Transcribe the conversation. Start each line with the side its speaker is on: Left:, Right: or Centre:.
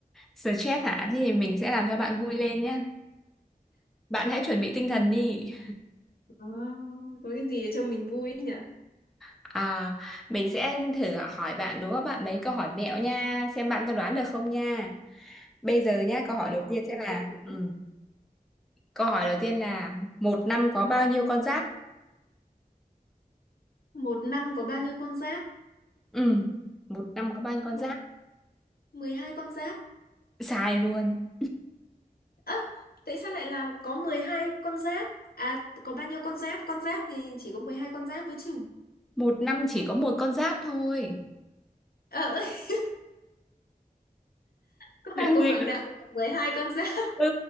Centre: stress hả? Thế thì mình sẽ làm cho bạn vui lên nhé. Bạn hãy chuẩn bị tinh thần đi.
Left: Có, có cái gì để cho mình vui ấy nhỉ?
Centre: À, mình sẽ thử hỏi bạn đúng không bạn mấy câu hỏi mẹo nha, xem bạn có đoán được không nha. Bây giờ nhá, câu
Left: À,
Centre: hỏi đầu
Left: ok
Centre: tiên sẽ
Left: ok
Centre: là
Left: được
Centre: ừ.
Left: đấy.
Centre: Câu hỏi đầu tiên là một năm có bao nhiêu con giáp?
Left: Một năm có bao nhiêu con giáp?
Centre: Ừ. Một năm có bao nhiêu con
Left: Mộ-
Centre: giáp?
Left: mười hai con giáp.
Centre: Sai luôn.
Left: Ơ, tại sao lại là có 12 con giáp? À, có bao nhiêu con giáp? Con giáp thì chỉ có 12 con giáp mới chứ.
Centre: Một năm chỉ có một con giáp thôi.
Left: Ờ, <laughs> có
Centre: <laughs>
Left: phải cung
Centre: Gì
Left: hoàng đạo nhưng mà 12 con giáp
Centre: Ừ,